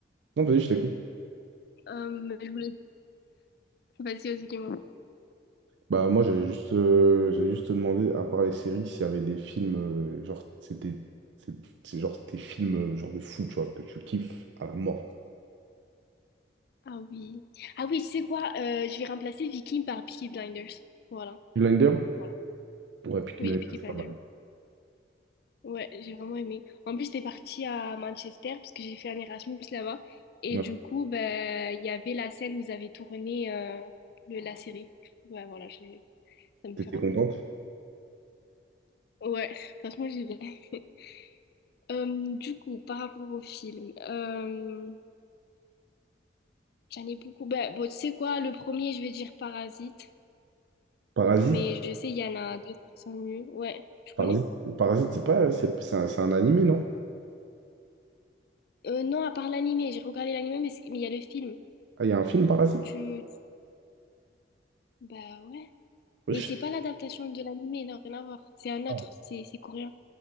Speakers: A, on the right (about 80°); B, on the left (about 60°).
A: Non, vas-y, je t'écoute.
B: Euh, je voulais. Vas-y, vas-y, dis-moi.
A: Bah moi j'avais juste euh, j'avais juste demandé à part les séries s'il y avait des films euh, genre c'était c'est c'est genre tes films euh, genre de fou tu vois que tu kiffes à la mort.
B: Ah oui. Ah oui, tu sais quoi? Euh, je vais remplacer Viking par Peaky Blinders. Voilà,
A: Blinder?
B: voilà.
A: Ouais, Peaky
B: Oui,
A: Blinders,
B: Peaky
A: c'est
B: Blinders.
A: pas mal.
B: Ouais, j'ai vraiment aimé. En plus, j'étais partie à Manchester parce que j'ai fait un Erasmus là-bas. Et
A: Ouais.
B: du coup, ben, il y avait la scène où ils avaient tourné euh, le- la série. Ouais, voilà, j'ai... ça me
A: T'étais
B: fait rappeler
A: contente?
B: ça. Ouais, <laughs> franchement, j'ai bien. <laughs> Euh, du coup, par rapport au film, euh, j'en ai beaucoup. Ben, bon, tu sais quoi, le premier, je vais dire Parasite,
A: Parasite?
B: mais je sais, il y en a d'autres qui sont mieux. Ouais, tu
A: Parasite,
B: connais?
A: Parasite, c'est pas c'est c'est un, c'est un animé non?
B: Euh, non, à part l'animé, j'ai regardé l'animé, mais c'est- mais il y a le film.
A: Ah il y a un film Parasite?
B: Tu. Bah ouais.
A: Ouais,
B: Mais
A: je
B: c'est
A: sais
B: pas l'adaptation de l'animé non, rien à voir. C'est un
A: pas.
B: autre, c'est c'est coréen.